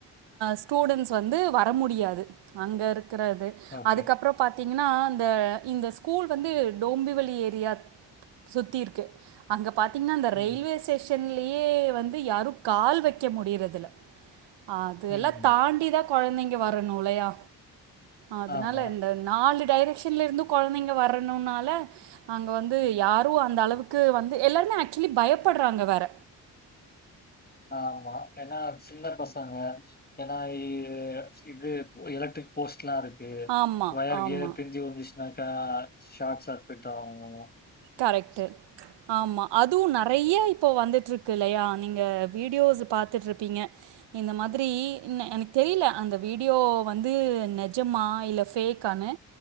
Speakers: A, on the right; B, on the left.
A: ஸ்டூடெண்ட்ஸ் வந்து வர முடியாது அங்கே இருக்கிறது
B: ஓகே
A: அதுக்கப்புற பாத்தீங்கன்னா இந்த இந்த ஸ்கூல் வந்து டோம்பிவலி ஏரியா சுத்தி இருக்கு அங்க பாத்தீங்கன்னா அந்த
B: ம்
A: ரயில்வே ஸ்டேஷன் செல்லியே வந்து யாரு கால் வைக்க முடியிறதுல அதெல்லா
B: ம்
A: தாண்டிதா குழந்தைங்க வரணு லையா ஆதுனால
B: ஆமா
A: இந்த நாலு டைரெக்ஷன்ல இருந்து கொழந்தைங்க வரணுனால அங்க வந்து யாரு அந்த அளவுக்கு வந்து எல்லாருமே ஆக்சுவலி பயப்பட்றாங்க வேற
B: ஆ மா ஏன்னா சின்ன பசங்க ஏன்னா இ இது எலக்ட்ரி போஸ்ட்லா ருக்கு
A: ஆமா
B: வயார்
A: ஆமா
B: கேர் பிரிஞ்சி வந்திச் நாக்கா ஷாட் சர்ப்பிட்தா வாங்குவோ
A: கரெக்ட்டு ஆமா அதுவு நறைய்யா இப்போ வந்துட்டருக்கு இல்லையா நீங்க வீடியோஜ் பாத்துட்டுருப்பீங்க இந்த மாதிரி இன்னே எனக் தெரியல அந்த வீடியோ வந்து நெஜமா இல்ல ஃபேக் கான